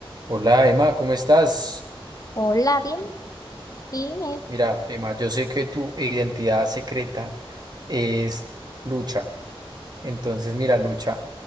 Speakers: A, on the right (about 45°); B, on the left (about 40°).
A: Hola Emma, ¿cómo estás?
B: Hola, bien, dime,
A: Mira, Emma, yo sé que tu identidad secreta es Lucha. Entonces, mira, Lucha,